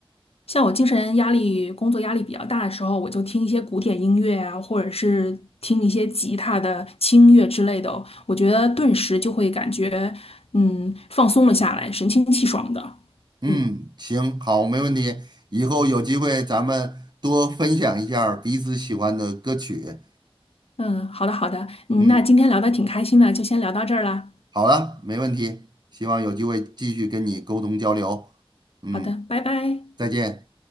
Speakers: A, on the left; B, on the right.
A: 像我精神压力、工作压力比较大的时候，我就听一些古典音乐啊，或者是听一些吉他的轻音乐之类的哦，我觉得顿时就会感觉，嗯，放松了下来，神清气爽的。
B: 嗯，
A: 嗯
B: 行，好，没问题。以后有机会咱们多分享一下儿彼此喜欢的歌曲。
A: 嗯，好的好的，嗯，
B: 嗯，
A: 那今天聊的挺开心的，就先聊到这儿啦。
B: 好了，没问题。希望有机会继续跟你沟通交流。嗯，
A: 好的，拜拜。
B: 再见。